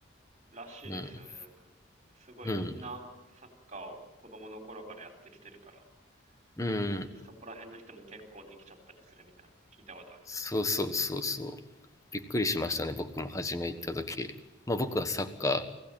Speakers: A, on the right; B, on the left.
A: らしいですよね。
B: <laughs> うん
A: なんか、すごいみんなサッカーを子供の頃からやってきてるから、
B: うんうん
A: 普通にそこら辺の人も結構できちゃったりするみたいなのを聞いたことあります。
B: そうそうそうそう。びっくりしましたね、僕も初め行った時。まあ僕はサッカ